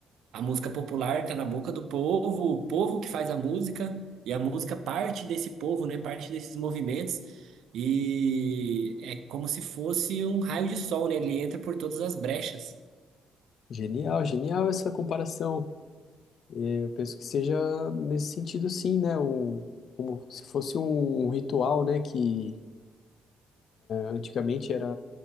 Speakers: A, on the right (about 75°); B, on the left (about 65°).
A: a música popular está na boca do povo, o povo que faz a música, e a música parte desse povo, né? Parte desses movimentos, e é como se fosse um raio de sol, né? Ele entra por todas as brechas.
B: Genial, genial essa comparação. É, Eu penso que seja nesse sentido, sim, né? O, como se fosse um, um ritual, né? Que Antigamente era